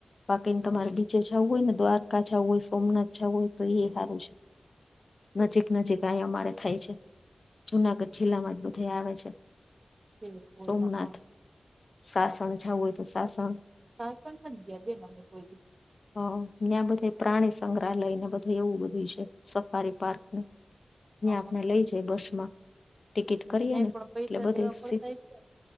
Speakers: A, on the left; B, on the right.
A: બાકીને તમારે નીચે જાવું હોય ને દ્વારકા જાવું હોય, સોમનાથ જાવું હોય તો એ હારું છે નજીક નજીક અયા અમારે થાય છે. જુનાગઢ જિલ્લામાં બધાં આવે છે.
B: છે કોઈનો
A: સોમનાથ
B: પણ.
A: સાસણ જાવું હોય તો સાસણ
B: સાસણ નથ ગયા બેન અમે કોઈ દી.
A: હ ન્યાં બધેય પ્રાણી સંગ્રહાલયને બધેય એવું બધું છે સફારી પાર્કને.
B: હ અ
A: ન્યાં આપણને લઈ જાય બસમાં. ટિકિટ
B: ઠીક
A: કરીએ
B: નહી
A: ને
B: પણ
A: એટલે
B: પૈસા
A: બધેય
B: દેવા
A: સીટ
B: પડતા છે